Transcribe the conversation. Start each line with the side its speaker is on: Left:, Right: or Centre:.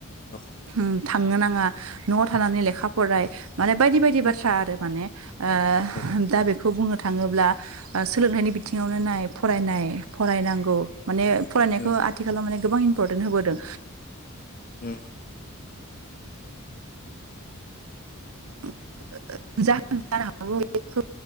Left: औ
Right: होम थांनो नांङा न'आव थानानै लेखा फराय माने बायदि बायदि
Left: उम
Right: बाथ्रा आरो माने ओ
Left: औ
Right: दा बेखौ बुंनो थांङोब्ला ओ सोलोंनायनि बिथिंङावनो नाय फरायनाय फरायनांगौ माने फरायनाय खौ
Left: उम
Right: आथिखालाव माने गोबां इम्परटेन्ट होबोदों।
Left: उम
Right: <unintelligible> जा जानो हागौ बेखौ